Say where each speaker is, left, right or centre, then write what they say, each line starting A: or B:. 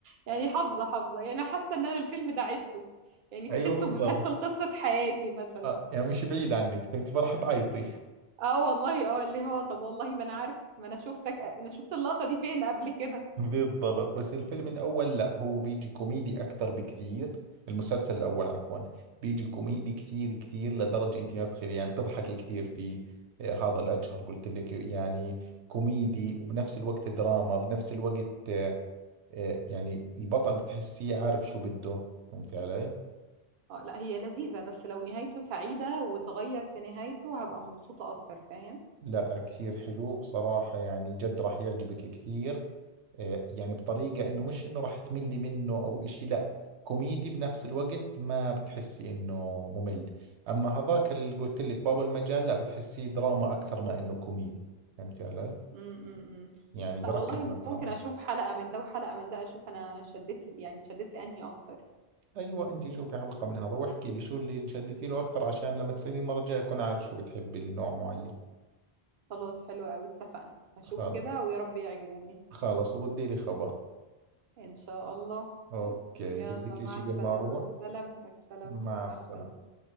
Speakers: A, on the right; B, on the right.
A: يعني حافظه حافظه يعني حاسه ان انا الفيلم ده عشته يعني تحسه
B: أيوة بالضبط
A: بيمثل قصه حياتي مثلا
B: آه يعني مش بعيد عنك فهمت فرح تعيطي <laughs>
A: اه والله اه اللي هو طب والله ما انا عارف ما انا شفتك انا شفت اللقطه دي فين قبل كده
B: بالضبط بس الفيلم الأول لا هو بيجي كوميدي أكثر بكثير المسلسل الأول عفوا بيجي كوميدي كثير كثير لدرجة أنت ما بتخيلي يعني بتضحكي كثير في آه، هذا الأجهر قلت لك يعني كوميدي وبنفس الوقت دراما بنفس الوقت آه، آه، يعني البطل بتحسيه عارف شو بده فهمتي علي؟
A: اه لا هي لذيذه بس لو نهايته سعيده وتغير في نهايته هبقى مبسوطه اكتر فاهم
B: لا كثير حلو بصراحة يعني جد راح يعجبك كثير آه، يعني بطريقة انه مش انه راح تملي منه او اشي لا كوميدي بنفس الوقت ما بتحسي انه ممل اما هذاك اللي قلت لك بابا المجال لا بتحسيه دراما اكثر ما انه كوميدي فهمتي علي
A: امم أمم.
B: يعني بركز
A: لا والله
B: على الدراما
A: ممكن اشوف حلقة من ده وحلقة من ده اشوف انا شدت لي- يعني شدت لانهي اكتر
B: ايوه انت شوفي حلقة من هذا واحكي لي شو اللي انشدتي له اكثر عشان لما تسالي المرة الجاية اكون عارف شو بتحبي النوع معين
A: خلاص حلو قوي اتفقنا هشوف
B: خلاص
A: كده ويا رب يعجبوني
B: خلاص وردي لي خبر
A: ان شاء الله
B: اوكي
A: يلا
B: بدك
A: مع
B: اشي
A: السلامة
B: قبل ما اروح
A: سلامتك سلامتك
B: مع
A: مع
B: السلامة
A: السلامة